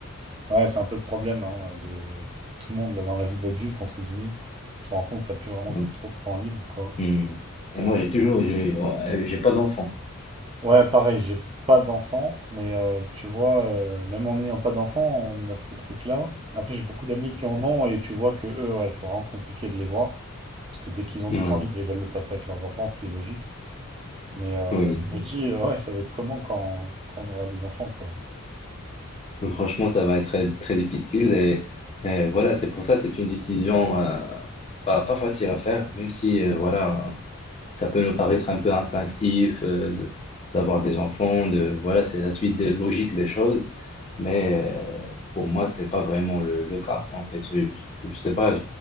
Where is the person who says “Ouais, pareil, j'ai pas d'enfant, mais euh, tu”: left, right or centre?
Right